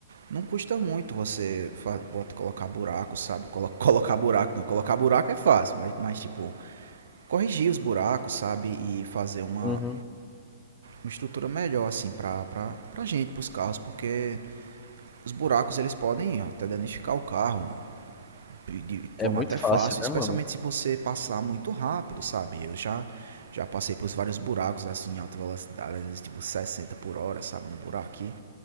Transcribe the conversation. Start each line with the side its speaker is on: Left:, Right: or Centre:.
Right: não custa muito você bota- colocar buraco, sabe? Colo- <laughs> colocar buraco, não, colocar buraco é fácil, mas, mas tipo, corrigir os buracos, sabe? E fazer uma,
Left: uhum,
Right: uma estrutura melhor, assim, pra, pra, pra gente, pros carros, porque os buracos eles podem até danificar o carro, de forma
Left: é muito
Right: até fácil,
Left: fácil,
Right: especialmente
Left: né, mano?
Right: se você passar muito rápido, sabe? Eu já já passei por vários buracos assim em alta velocidade, às vezes tipo 60 por hora, sabe, no buraco aqui.